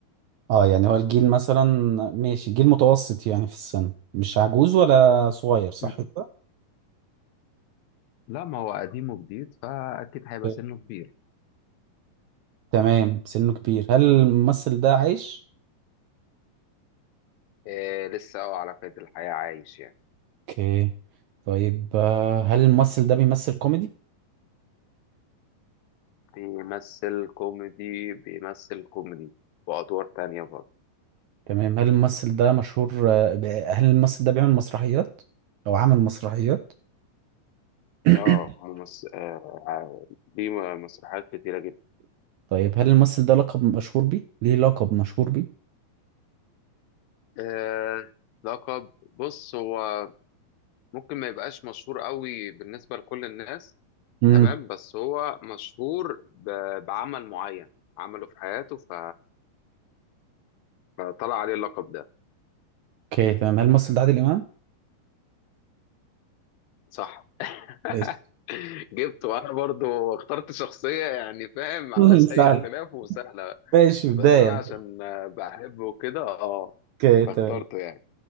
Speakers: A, on the right; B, on the left.
A: اه يعني هو الجيل مثلا ماشي جيل متوسط يعني في السن مش عجوز ولا صغير صح
B: مم.
A: كده
B: لا ما هو قديم وجديد فاكيد هيبقى
A: أوكي.
B: سنه كبير
A: تمام سنه كبير هل الممثل ده عايش
B: أه لسه هو على قيد الحياة عايش يعني
A: اوكي طيب آه، هل الممثل ده بيمثل كوميدي
B: بيمثل كوميدي بيمثل كوميدي وأدوار تانية برضه
A: تمام هل الممثل ده مشهور آه، ب- هل الممثل ده بيعمل مسرحيات او عمل مسرحيات <coughs>
B: اه ممس... آه ع- دي م- مسرحيات كتيرة جدا
A: <clears throat> طيب هل الممثل ده لقب مشهور بيه ليه لقب مشهور بيه
B: آه لقب بص هو ممكن ما يبقاش مشهور قوي بالنسبة لكل الناس
A: مم.
B: تمام بس هو مشهور ب... بعمل معين عمله في حياته ف... فطلع عليه اللقب ده
A: اوكي تمام هل الممثل ده عادل امام؟
B: صح <laughs>
A: ماشي
B: جبت وانا برضو اخترت شخصية يعني فاهم معلهاش
A: <laughs>
B: اي
A: فعلا
B: اختلاف وسهلة
A: ماشي بداية
B: بس انا عشان آه، بحبه كده اه
A: اوكي
B: فاخترته
A: تمام
B: يعني